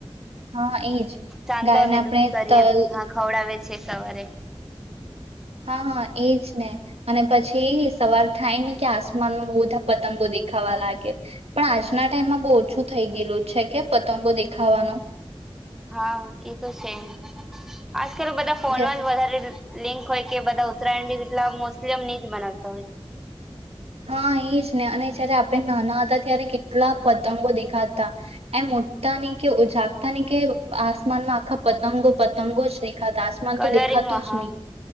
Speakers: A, on the right; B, in the centre.
A: હા એજ
B: ચાંદલા
A: ગાયને આપણે
B: <unintelligible>
A: તલ
B: હા ખવડાવે છે. એ સવારે.
A: હા હા. એજ ને અને પછી સવાર થાય ને કે આસમાનમાં બહુ બધા પતંગો દેખાવા લાગે પણ આજના ટાઈમમાં બહુ ઓછું થઈ ગયેલું છે કે પતંગો દેખાવાનો.
B: હા એ તો છે. આજકાલ બધા ફોનમાં
A: જે
B: જ વધારે લિંક હોય કે બધા ઉત્તરાયણ બ એટલા મુસ્લિમ ની જ બનાવતા હોય છે.
A: હા એ જ ને અને જયારે આપણે નાના હતા ત્યારે કેટલા પતંગો દેખાતા એમ મોટતા નહ કે ઉ જાગતા નહ કે આસમાનમાં આખા પતંગો પતંગો દે ખાતા આસમાન
B: કલરિંગમાં
A: તો દેખાતું
B: હા
A: જ નહી.